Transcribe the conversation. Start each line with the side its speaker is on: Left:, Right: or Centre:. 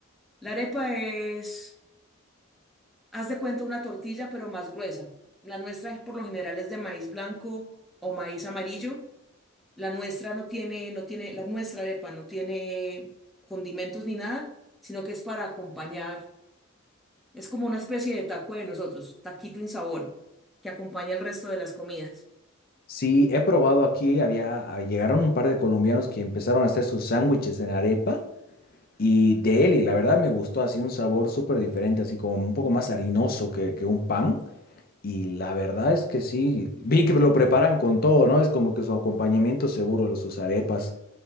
Centre: La arepa es, haz de cuenta, una tortilla pero más gruesa. La nuestra por lo general es de maíz blanco o maíz amarillo La nuestra no tiene, no tiene, la nuestra arepa no tiene condimentos ni nada, sino que es para acompañar. Es como una especie de taco de nosotros, taquito insaboro, que acompaña el resto de las comidas.
Left: Sí, he probado aquí, había, ah, llegaron un par de colombianos que empezaron a hacer sus sándwiches en arepa. Y de él, y la verdad me gustó así un sabor súper diferente, así como un poco más harinoso que, que un pan. Y la verdad es que sí, vi que lo preparan con todo, ¿no? Es como que su acompañamiento seguro, los sus arepas.